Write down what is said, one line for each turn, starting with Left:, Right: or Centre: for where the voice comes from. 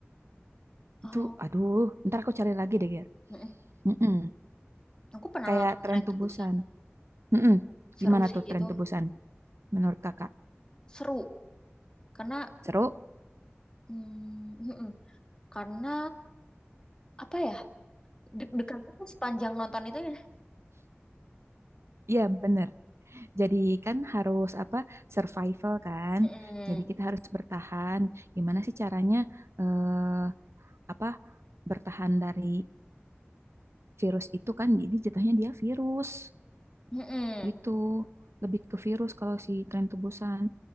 Left: oh.
Right: Itu, aduh, ntar aku cari lagi deh, Ger.
Left: Mm-mm.
Right: Mm-mm.
Left: Aku pernah
Right: Kayak
Left: nonton
Right: tren
Left: Tren
Right: tubusan.
Left: to Busan.
Right: Mm-mm.
Left: Seru
Right: Gimana
Left: sih
Right: tuh tren
Left: itu.
Right: tubusan menurut Kakak?
Left: Seru. Karena
Right: Seru? <laughs>
Left: mm, mm-mm. Karena apa ya? Deg-degan aja sepanjang nonton itu ya.
Right: Iya, bener. Jadi kan harus apa survival kan.
Left: Mm-mm.
Right: Jadi kita harus bertahan. Gimana sih caranya eh, apa bertahan dari virus itu kan? Jadi jatuhnya dia virus
Left: Mm-mm.
Right: gitu. Lebih ke virus kalau si tren tebusan